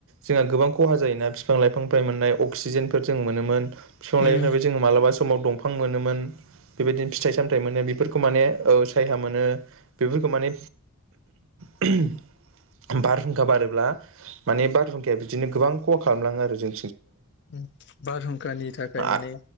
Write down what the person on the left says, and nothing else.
उम
ओम बारहुंखानि थाखाय
माने